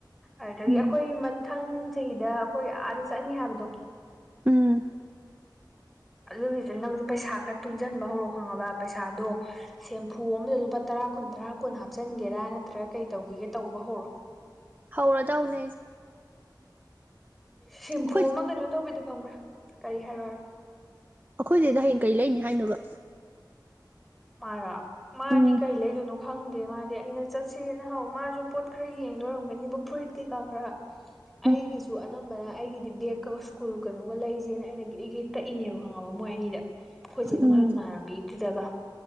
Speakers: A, in the centre; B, on the right.
A: ꯑꯗꯨꯗꯒꯤ
B: ꯎꯝ
A: ꯑꯩꯈꯣꯏ ꯃꯊꯪ ꯆꯍꯤꯗ ꯑꯩꯈꯣꯏ ꯑꯥꯗ ꯆꯠꯅꯤ ꯍꯥꯏꯕꯗꯣ
B: ꯎꯝ
A: ꯑꯗꯨꯒꯤꯗꯨ ꯅꯪꯖꯨ ꯄꯩꯁꯥ ꯈꯔ ꯇꯨꯡꯖꯝꯟꯕ ꯍꯧꯔꯣ ꯈꯪꯉꯕ ꯄꯩꯁꯥꯗꯣ ꯁꯦꯝꯐꯨ ꯑꯃꯗ ꯂꯨꯄꯥ ꯇꯔꯥ ꯀꯨꯟ ꯇꯔꯥ ꯀꯨꯟ ꯍꯥꯞꯆꯤꯟꯒꯦꯔꯥ ꯅꯠꯇ꯭ꯔꯒ ꯀꯩ ꯇꯧꯒꯦꯒꯦ ꯇꯧꯕ ꯍꯧꯔꯣ
B: ꯍꯧꯔꯗꯧꯅꯦ
A: ꯁꯤꯝꯐꯨ
B: ꯑꯩꯈꯣꯏ
A: ꯑꯃ ꯀꯩꯅꯣ ꯇꯧꯕꯤꯗꯨꯣ ꯈꯪꯕ꯭ꯔꯥ ꯀꯔꯤ ꯍꯥꯏꯔꯣꯔꯣ
B: ꯑꯩꯈꯣꯏꯆꯦꯗꯣ ꯍꯌꯦꯡ ꯀꯔꯤ ꯂꯩꯅꯤ ꯍꯥꯏꯅꯣꯕ
A: ꯃꯥꯔꯣ ꯃꯥꯗꯤ
B: ꯎꯝ
A: ꯀꯩ ꯂꯩꯗꯣꯏꯅꯣ ꯈꯪꯗꯦ ꯃꯥꯗꯤ ꯑꯩꯅ ꯆꯠꯁꯦꯅ ꯍꯧ ꯃꯥꯖꯨ ꯄꯣꯠ ꯈꯔ ꯌꯦꯡꯗꯣꯏꯔꯝꯒꯅꯤꯕ ꯐꯨꯔꯤꯠ ꯀꯩꯀꯥ ꯈꯔ
B: <inaudible>
A: ꯑꯩꯒꯤ ꯑꯗꯨ ꯑꯅꯝꯕꯅ ꯑꯩꯒꯤꯗꯤ ꯕꯦꯒꯀ ꯁ꯭ꯀꯨꯜ ꯀꯩꯅꯣꯒ ꯂꯩꯖꯦꯅ ꯑꯩꯅ ꯒꯔꯤ ꯒꯔꯤ ꯇꯛꯏꯅꯦꯕ ꯈꯪꯉꯕ ꯃꯣꯏ ꯑꯅꯤꯗ ꯑꯩꯈꯣꯏꯆꯦꯒ
B: ꯎꯝ
A: ꯃꯥꯒꯤ ꯃꯃꯥꯟꯅꯕꯤꯗꯨꯗꯒ